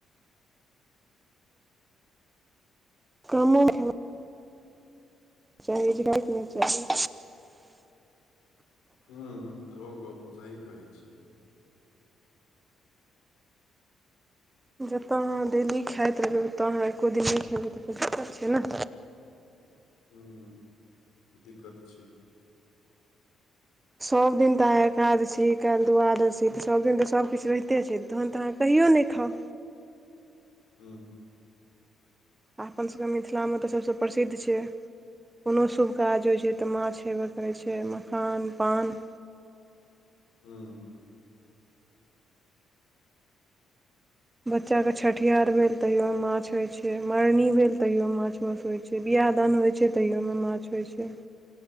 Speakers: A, on the right; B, on the left.
A: कम <unintelligible> चाही झके नहि चाही
B: हू ओहो गप सही कहै छी
A: जतय अहाँ डेली खाइत रहै ओतय अहाँ एक्को दिन नहि खेबै तऽ को दिक्कत छै ने
B: ह दिक्कत छै
A: सभ दिन तऽ अहाँ एकादशी काल्हि द्वादशी तऽ सभदिन तऽ सभकिछु रहिते छै तहन तऽ अहाँके कहियो नहि खाउ
B: हँ
A: आपनसभके मिथिलामे तऽ सभसँ प्रसिद्ध छै कोनो शुभ काज होइत छै तऽ माछ हेबय करैत छै मखान पान
B: हँ
A: बच्चा के छठिहार भेल तहियो मे माछ होय छै मरनी भेल तहियो माछ मास होइ छै बियाह दान होइत छै तहियोमे माछ होइत छै